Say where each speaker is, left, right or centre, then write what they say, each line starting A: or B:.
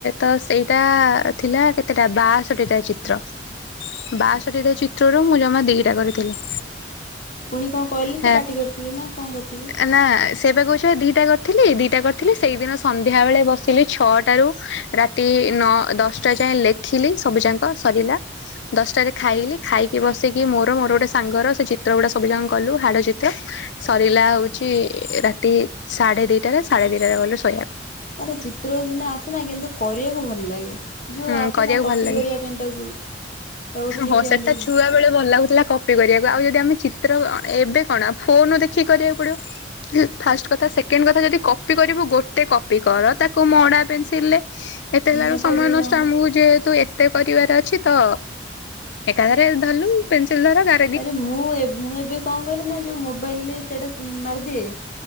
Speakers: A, on the left; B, on the left.
A: ତ ସେଇଟା ଥିଲା କେତେଟା ବାଷଠି ଟା ଚିତ୍ର। ବାଷଠି ଟା ଚିତ୍ରରୁ ମୁଁ ଜମା ଦିଟା କରିଥିଲି।
B: ପୁଣି କଣ କହିଲେ,
A: ହେ
B: ସେ ପାଟି କରିଥିବେ ନା କଣ କରିଥିବେ?
A: ନା ସେ ବା କହୁଛ ଦିଟା କରିଥିଲି ଦିଟା କରିଥିଲି ସେଇଦିନ ସନ୍ଧ୍ୟା ବେଳେ ବସିଲି ଛଅଟାରୁ ରା ତି ନ ଦଶଟା ଯାଏଁ ଲେଖିଲି ସବୁଯାକ ସରିଲା। ଦଶଟାରେ ଖାଇଲି ଖାଇକି ବସିକି ମୋର ମୋର ଗୋଟେ ସାଙ୍ଗର ସେ ଚିତ୍ର ଗୁଡା ସବୁ ଜାଙ୍କ କଲୁ ହାଡ଼ ଚିତ୍ର। ସରିଲା ହଉଛି ରାତି ସାଢେ ଦିଟାରେ ସାଢେ ଦିଟା ରେ ଗଲୁ ଶୋଇବାକୁ।
B: ଆରେ ଚିତ୍ର ସିନା ଆସେନା କିନ୍ତୁ କରିବାକୁ ଭଲ ଲାଗେ ଯୋଉ
A: ହୁଁ
B: ଆସେନା
A: କରିବାକୁ
B: କପି
A: ଭଲ ଲାଗେ
B: କରିବା ପାଇଁ ତାକୁ ତାକୁ ଉଠେଇ
A: ହଁ
B: ଦିଅନ୍ତି।
A: ସେଟା
B: ହୁଁ
A: ଛୁଆ ବେଳେ ଭଲ ଲାଗୁଥିଲା କପି କରିବାକୁ ଆଉ ଯଦି ଆମେ ଚିତ୍ର ଏବେ କଣ ଫୋନ ଦେଖିକି କରିବାକୁ ପଡିବ। ଫାଷ୍ଟ କଥା ସେକେଣ୍ଡ କଥା ଯଦି କପି କରିବୁ ଗୋଟେ କପି କର ତାକୁ ମଡା ପେନସିଲ ରେ ଏତେ ହେଲା ବେଳୁ
B: ଏଟା
A: ସମୟ
B: ବି
A: ନଷ୍ଟ
B: ହଁ
A: ଆମକୁ ଯେହେତୁ ଏତେ କରିବାର ଅଛି ତ ଏକାଧରେ ଧଲୁ ପେନସିଲ ଧର ଗା
B: ଆରେ ମୁଁ ମୁଁ ଏବେ କଣ କର ନା ଯୋଉ ମୋବାଇଲରେ ସେଇଟା ମାରିଦିଏ